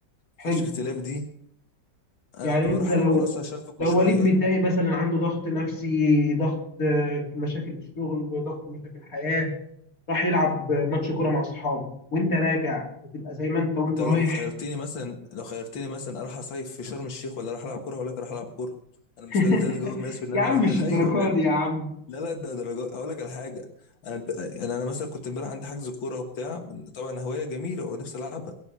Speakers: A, on the left; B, on the left.
A: مفيهاش
B: حلو
A: اختلاف دي انا
B: يعني
A: بروح
B: انت لو
A: العب كوره اصلا عشان افك
B: لو
A: شويه
B: وليد متضايق مثلا عنده ضغط نفسي ضغط آه، مشاكل في الشغل ضغط مشاكل حياة راح يلعب ماتش كورة مع اصحابه وانت راجع بتبقى زي ما انت وانت
A: انت
B: رايح
A: لو خيرتني مثلا لو خيرتني مثلا اروح اصيف في شرم الشيخ ولا اروح العب كوره هقول لك اروح العب كوره انا
B: <laughs>
A: مش ده الجو المناسب ان
B: يا
A: انا
B: عم مش
A: <laughs>
B: الدرجة
A: ايوه بجد.
B: دي يا عم
A: لا لا ده درجات اقول لك على حاجه انا ب... انا انا مثلا كنت امبارح عندي حجز كوره وبتاع من- طبعا هوايه جميله ونفسي العبها